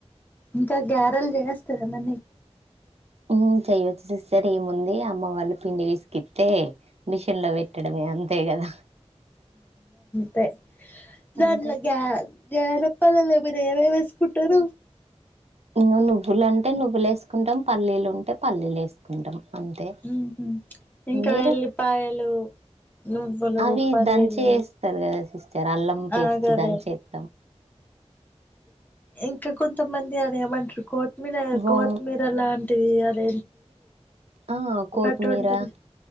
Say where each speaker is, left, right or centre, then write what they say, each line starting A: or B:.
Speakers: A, on the left; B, on the right.
A: ఇంకా గ్యారెలు చేయస్ తర్న నీకు
B: హ్మ్ చెయ్యొచ్చు సిస్టర్ ఏముంది అమ్మ వాళ్ళు పిండి పిసికిత్తే మిషన్ లో పెట్టడమే అంతే గదా
A: తే గట్లగాద్
B: అంతే
A: గ్యారప్పాలల్లో మీరు ఏమేం వేసుకుంటరు
B: ను నువ్వులు అంటే నువ్వులు వేసుకుంటం పల్లీలు ఉం టే పల్లీలు వేసుకుంటం అంతే
A: ఉహు ఇంకా
B: మీరు
A: వెల్లిపాయలు నువ్వులు
B: అవి
A: పల్లీలు
B: దంచి వేస్తరు కదా సిస్ జర అల్లం
A: ఆ
B: పేస్ట్
A: గదే
B: దంచేస్తాం అంతే
A: ఇంకా కొంతమంది అది ఏమంటారు కోర్టు మీన
B: వా
A: కోత్మీర్ అలాన్ టివి అదేంటిది
B: ఆ కోతిమీరా
A: ఒకటి ఉంటది